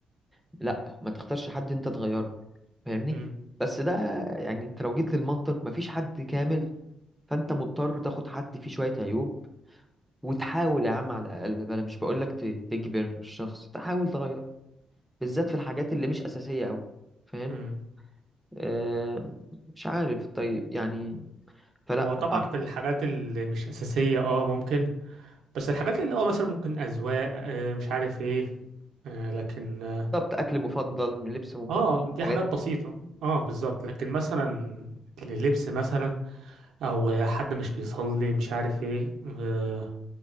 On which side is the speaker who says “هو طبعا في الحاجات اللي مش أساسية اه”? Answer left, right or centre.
Right